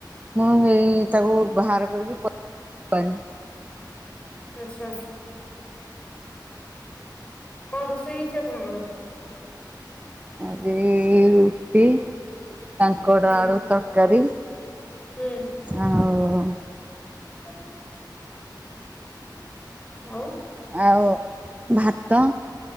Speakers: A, on the right (about 20°); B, on the left (about 15°).
A: ମୁଁ ହେଇ ତାକୁ ବାହାର କରିକି ପ- <inaudible>
B: ଆଚ୍ଛା। କଣ ରୋଷେଇ ହେଇଛି ଆପଣଙ୍କର?
A: ଆଜି ଇ, ରୁଟି କାଙ୍କଡ଼
B: ହୁଁ
A: ଆଳୁ ତରକାରୀ।
B: ହୁଁ।
A: ଆଉ
B: <unintelligible> ଆଉ
A: ଆଉ ଭାତ।